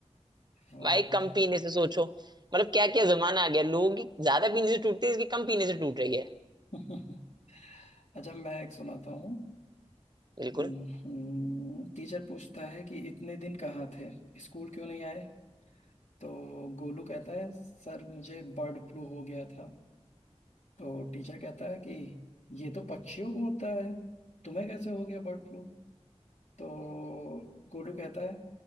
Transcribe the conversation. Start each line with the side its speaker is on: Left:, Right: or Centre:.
Left: वाह
Right: भाई
Left: बे।
Right: कम पीने से सोचो मतलब क्या क्या जमाना आ गया लोगों की ज्यादा पीने से टूटती है इसकी कम पीने से टूट रही है
Left: <laughs> अच्छा मैं एक सुनाता हूँ
Right: बिल्कुल
Left: हम्म, हम्म, टीचर पूछता है कि इतने दिन कहाँ थे स्कूल क्यों नहीं आए तो गोलू कहता है सर मुझे बर्ड फ्लू हो गया था तो टीचर कहता है कि ये तो पक्षियों को होता है तुम्हें कैसे हो गया बर्ड फ्लू तो गोलू कहता है